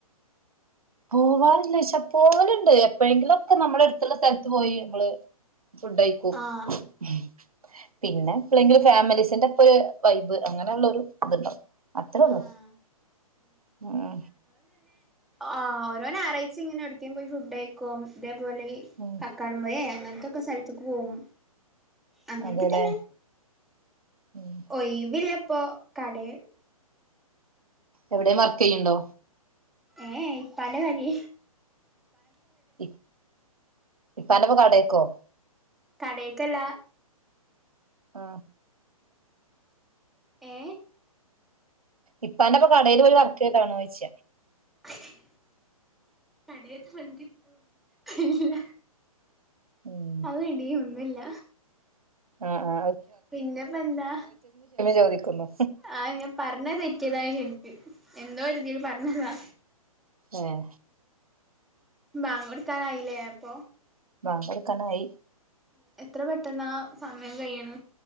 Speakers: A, on the right; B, in the centre.
A: പോവാറില്ലെയ്ച്ച പോവല്ണ്ട് എപ്പഴെങ്കിലും ഒക്കെ നമ്മുളെട് ത്ത്ള്ള സ്ഥലത്ത് പോയി നമ്മള് ഫുഡയിക്കും
B: ആ
A: ഉം പിന്നെ എപ്പളെങ്കിലും ഫാമിലീസിന്റെ പ്പൊ രു വൈബ് അങ്ങനെള്ള ഒരു ത് ണ്ടാവും അത്രേള്ളു
B: ആ
A: ആ
B: ആ ഓരോ ഞായറായ്ച്ചിം ഇങ്ങനെ ഏട്ക്കെ പോയി ഫുഡയിക്കും ദേ പോലെയി
A: ഉം
B: കക്കാടം പൊയെ അങ്ങനെ തൊക്ക സൽത്ക്ക് പോവും അങ്ങനൊക്കെ
A: അതെല്ലേ
B: തന്നെ
A: ഉം
B: ഒയിവില്ല പ്പോ കടെ
A: എവിടേം വർക്കെയ്യുണ്ടോ
B: ഏ പല കരി
A: ഇ ഇപ്പന്റെപ്പം കടെക്കോ
B: കടെക്കല്ല
A: ആ
B: ഏ
A: ഇപ്പാന്റെപ്പം കടെലോയി വർക്കെ യ്താണോയ്ച്ച
B: <inaudible> <unintelligible> ഹി ല്ല
A: ഉം
B: അത് ഡീ ഒന്നു ല്ല
A: ആ ആ
B: പിന്നപ്പെന്താ
A: ചോദിക്കുന്നു
B: ആ ഞാൻ പറഞ്ഞത് തെറ്റിയതാണ് ശരിക്ക് എന്തോ തിൽ പറഞ്ഞതാ
A: ഏഹ്
B: ബാങ്ക്കൊടുക്കാനായില്ലേ അപ്പൊ
A: ബാങ്കോട്ക്കാനായി
B: <inaudible> എത്ര പെട്ടന്നാ സമയം കയ്യിണ്